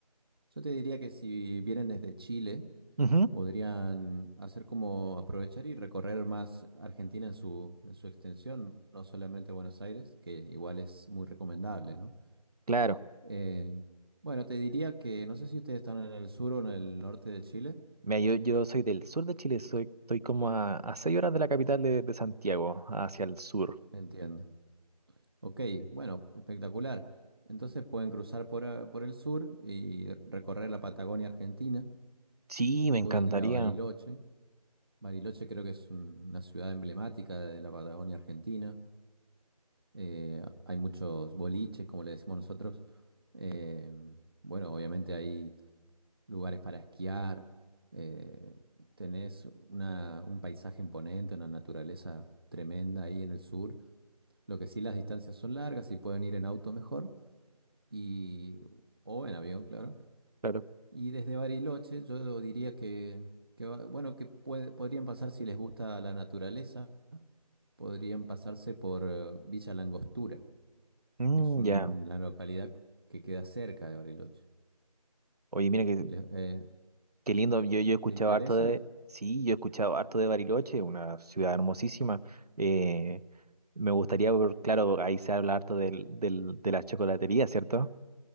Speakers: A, on the right; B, on the right.
A: yo te diría que si vienen desde Chile,
B: Ujú,
A: podrían hacer como aprovechar y recorrer más Argentina en su, en su extensión, no solamente Buenos Aires, que igual es muy recomendable, ¿no?
B: Claro.
A: Eh, bueno, te diría que no sé si ustedes están en el sur o en el norte de Chile.
B: Mira, yo, yo soy del sur de Chile, soy, estoy como a, a seis horas de la capital de, de Santiago, hacia el sur.
A: Entiendo. Ok, bueno, espectacular. Entonces pueden cruzar por, a- por el sur y recorrer la Patagonia Argentina.
B: Sí, me encantaría.
A: Pueden ir a Bariloche. Bariloche creo que es un- una ciudad emblemática de la Patagonia Argentina. Eh, hay muchos boliches, como le decimos nosotros. Eh, bueno, obviamente hay lugares para esquiar. Eh, tenés una- un paisaje imponente, una naturaleza tremenda ahí en el sur. Lo que sí, las distancias son largas y pueden ir en auto mejor. y o en avión, claro.
B: Claro.
A: Y desde Bariloche yo diría que, que va- bueno, que puede- podrían pasar si les gusta la naturaleza, podrían pasarse por eh, Villa Langostura,
B: Mm,
A: que es un-
B: ya.
A: la localidad que queda cerca de Bariloche.
B: Oye, mira que
A: Le- eh,
B: Qué lindo, yo, yo he escuchado
A: ¿te interesa?
B: harto de, sí, yo he escuchado harto de Bariloche, una ciudad hermosísima. Eh, me gustaría, ver- claro, ahí se habla harto del, del, de la chocolatería, ¿cierto?